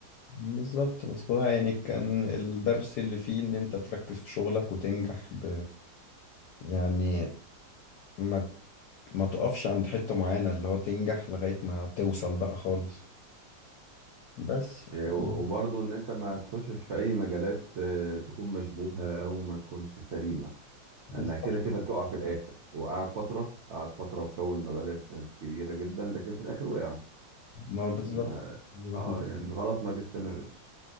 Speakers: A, on the left; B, on the right.
A: بالظبط بس هو يعني كان الدرس اللي فيه ان انت تركز في شغلك وتنجح ب يعني ما ما تقفش عند حتة معينة اللي هو تنجح لغاية ما توصل بقى خالص بس
B: آه،
A: آه،
B: وبرضه ان انت ما تخشش في اي مجالات آه، تكون مشبوهة او ما تكونش سليمة
A: بالظبط
B: لانها كده كده
A: آه.
B: بتقع في الاخر وقعد فترة قعد فترة وكون مبالغ كبيرة جدا لكن في الاخر وقع
A: ما بالظبط
B: ما-
A: دي واحدة
B: اه يعني الغلط ما بيستمرش